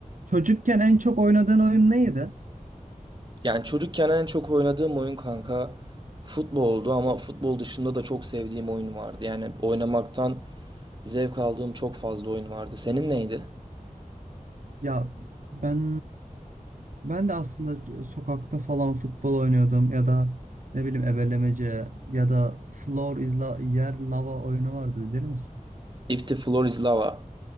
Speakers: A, on the right; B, on the right.
A: Çocukken en çok oynadığın oyun neydi?
B: Yani çocukken en çok oynadığım oyun kanka futboldu ama futbol dışında da çok sevdiğim oyun vardı. Yani oynamaktan zevk aldığım çok fazla oyun vardı. Senin neydi?
A: Ya ben ben de aslında e, sokakta falan futbol oynuyordum ya da ne bileyim ebelemece ya da floor is la yer lava oyunu vardı bilir misin?
B: If the Floor is Lava.